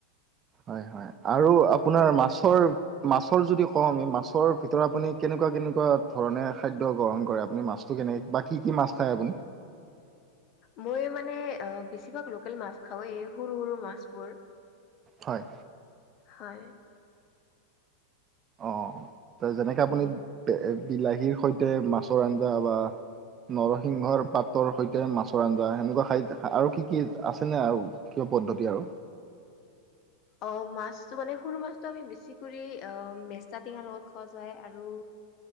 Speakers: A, on the right (about 30°); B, on the left (about 45°).
A: হয় হয় আৰু আপোনাৰ
B: হয়
A: মাছৰ মাছৰ যদি কওঁ আমি মাছৰ ভিতৰত আপুনি কেনেকুৱা কেনেকুৱা ধৰণে খাদ্য গ্ৰহণ কৰে আপুনি মাছ কেনেক বা কি কি মাছ খায় আপুনি?
B: মই মানে বেছিভাগ লোকেল মাছ খাও এই সৰু সৰু মাছবোৰ।
A: হয়।
B: হয়।
A: অ অ যেনেকে আপুনি
B: উম
A: বিলাহীৰ সৈতে মাছৰ আঞ্জা বা নৰসিংহৰ পাতৰ সৈতে মাছৰ আঞ্জা সেনেকুৱা খাই আৰু কি কি আছেনে আৰু। কিয় পদ্ধতি আৰু।
B: অ মাছতো মানে সুৰু মাছটো আমি বেছি কৰি আহ মেচা টেঙা লগত খোৱা যায় আৰু।